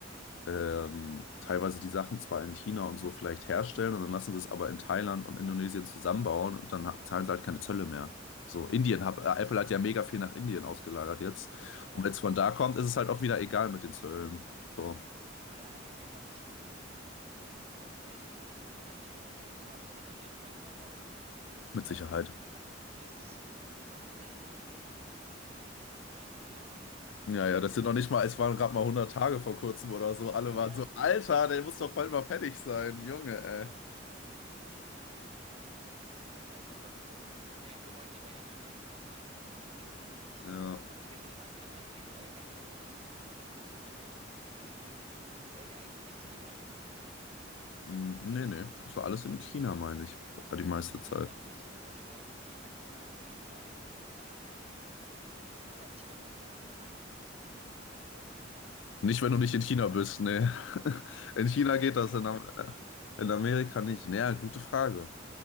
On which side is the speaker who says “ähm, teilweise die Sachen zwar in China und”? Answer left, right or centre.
Left